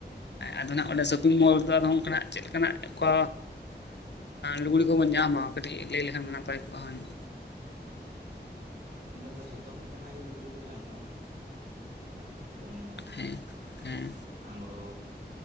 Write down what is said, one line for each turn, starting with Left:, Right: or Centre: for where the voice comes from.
Left: ᱟᱫᱚ ᱱᱟᱜ ᱚᱸᱰᱮ ᱥᱚᱯᱤᱝ ᱢᱚᱞ ᱨᱮᱫᱚ ᱟᱫᱚ ᱚᱱᱠᱟᱱᱟᱜ ᱪᱮᱫ ᱞᱮᱠᱟᱱᱟᱜ ᱠᱚ ᱞᱩᱜᱽᱲᱤ ᱠᱚᱵᱚᱱ ᱧᱟᱢᱟ ᱠᱟᱹᱴᱤᱡ ᱞᱟᱹᱭ ᱞᱮᱠᱷᱟᱱ ᱱᱟᱯᱟᱭ ᱠᱚᱜᱼᱟ ᱦᱩᱱᱟᱹᱝ᱾
Right: ᱚᱸᱰᱮ ᱫᱚ ᱡᱷᱚᱛᱚᱢ ᱞᱮᱠᱟᱱᱟᱜ ᱜᱮ ᱞᱩᱜᱽᱲᱤ ᱫᱚ ᱧᱟᱢᱚᱜᱼᱟ᱾ ᱡᱮᱢᱚᱱ
Left: ᱦᱮᱸ ᱦᱮᱸ
Right: ᱟᱸᱜᱨᱚᱵᱽ,